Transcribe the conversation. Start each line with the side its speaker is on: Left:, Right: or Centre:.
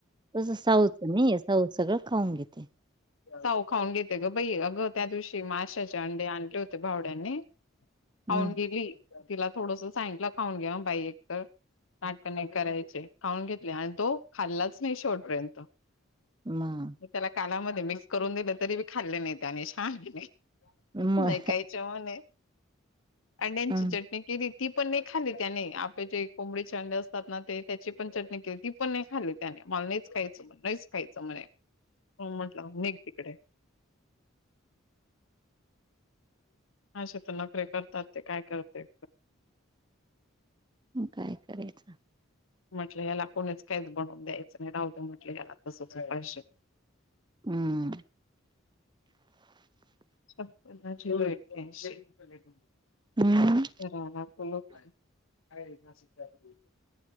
Right: तसं साऊच नाही साऊथ सगळं खाऊन घेते
Left: साऊ खाऊन घेते ग बाई, अगं त्या दिवशी माशाचे अंडे आणले होते भावड्याने
Right: हम्म
Left: खाऊन गेली. तिला थोडंसं सांगितलं खाऊन घ्या बाई एक तर नाटक नाही करायचे, खाऊन घेतले आणि तो खाल्लाच नाही शेवटपर्यंत
Right: मग
Left: त्याला कालामध्ये मिक्स करून दिले तरी बी खाल्ले नाहीत आणि शाहाण्याने
Right: मग
Left: नाही काही चवण आहे. अंड्यांची
Right: हम्म
Left: चट्टणी केली ती पण नाही खाल्ली त्याने आपले जे कोंबडीचे अंडे असतात, ना ते त्याची पण चटणी केली ती पण नाही खाल्ली. त्याने मला नाहीच खायचं म्हणे, नाहीच खायचं म्हणे, म्हटलं मग निघ तिकडे. अशे तर नखरे करतात, ते काय करते.
Right: म काय करायचं.
Left: म्हटलं याला कोणीच काहीच बनवून द्यायचं नाही. राहू दे म्हटलं याला तसंच उपाशी.
Right: हम्म.
Left: <unintelligible>
Right: हम्म
Left: लोकय काय <unintelligible>